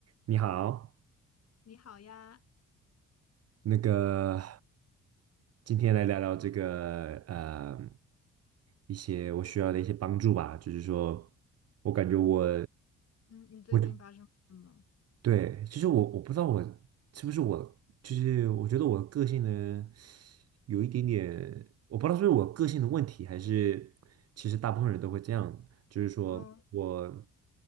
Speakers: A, on the right; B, on the left.
A: 你好，
B: 你好呀，
A: 那个今天来聊聊这个呃一些我需要的一些帮助吧，就是说我感觉我
B: 嗯，你最近发生什么？
A: 我就对，其实我我不知道我是不是我，就是我觉得我个性呢有一点点，我不知道是不是我个性的问题，还是其实大部分人都会这样，就是说我，
B: 嗯，